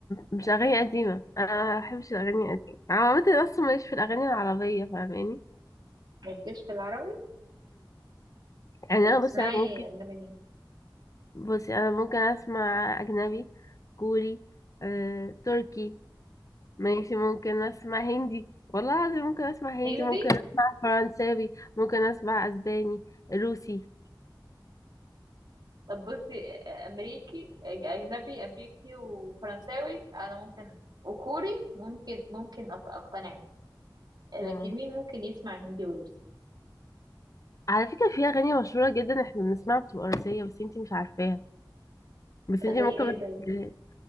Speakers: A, on the left; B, on the right.
A: مش اغاني قديمه انا ما بحبش الاغاني القديمه انا عامه اصلا ماليش في الاغاني العربيه فاهماني
B: مالكيش في العربي
A: يعني
B: طب
A: انا
B: بتسمعي
A: بصي انا ممكن
B: اجنبي مين
A: بصي انا ممكن اسمع اجنبي كوري آه، تركي ماشي ممكن اسمع هندي والله العظيم ممكن اسمع هندي
B: هندي
A: ممكن اسمع فرنساوي ممكن اسمع اسباني روسي
B: طب بصي امريكي اجنبي امريكي وفرنساوي انا ممكن وكوري ممكن ممكن أق- اقتنع بيه لكن
A: اه
B: مين ممكن يسمع هندي وروسي
A: على فكرة في اغاني مشهورة جدا احنا بنسمعها بتبقى روسية بس انتي مش عارفاها بس انتي
B: زي
A: ممكن
B: ايه
A: ما تفتكريهاش.
B: طيب